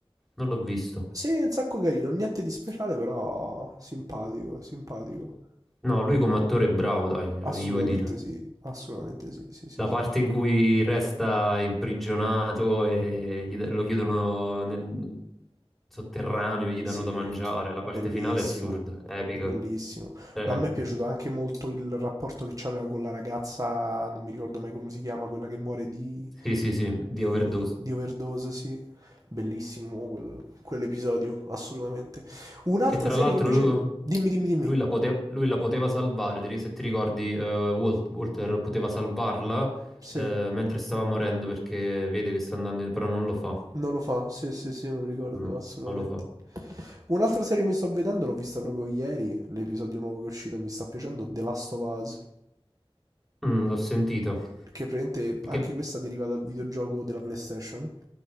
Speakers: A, in the centre; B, on the right.
A: Non l'ho visto.
B: Sì, è un sacco carino, niente di speciale, però simpatico, simpatico.
A: No, lui come attore è bravo, dai, gli
B: Assolutamente
A: vuoi dire.
B: sì, assolutamente sì, sì, sì,
A: La
B: sì.
A: parte in cui resta imprigionato e gli da- lo chiudono nel sotterraneo, gli
B: Sì,
A: danno da mangiare, la
B: bellissimo,
A: parte finale è assurda, epica.
B: bellissimo.
A: Eh,
B: No, a me è piaciuto anche molto il rapporto che c'aveva con la ragazza, non mi ricordo mai come si chiama, quella che muore di,
A: sì, sì, sì,
B: di,
A: di overdose.
B: di- di overdose, sì. Bellissimo quel- quell'episodio, assolutamente. Un'altra
A: Che tra
B: serie
A: l'altro
B: che invece...
A: lu-
B: Dimmi, dimmi, dimmi.
A: lui, la pote- lui la poteva salvare, ti ri- se ti ricordi, eh, Wal- Walter poteva salvarla
B: Sì.
A: eh, mentre stava morendo perché vede che sta andando in... però non lo fa.
B: Non lo fa, sì, sì, sì, me lo ricordo
A: No,
B: assolutamente.
A: non lo fa.
B: Un'altra serie che mi sto vedendo, l'ho vista proprio ieri, l'episodio nuovo che è uscito, e mi sta piacendo, The Last of Us,
A: Mm, l'ho sentito.
B: che praticamente
A: Di che...
B: anche questa deriva dal videogioco della PlayStation